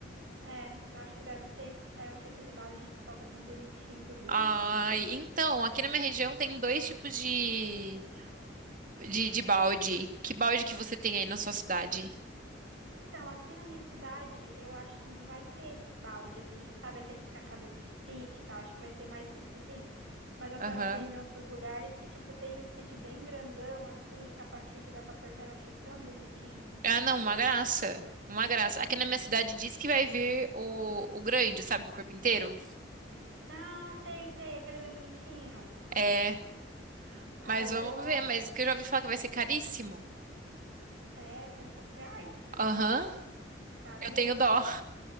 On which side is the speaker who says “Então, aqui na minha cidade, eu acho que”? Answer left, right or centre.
Right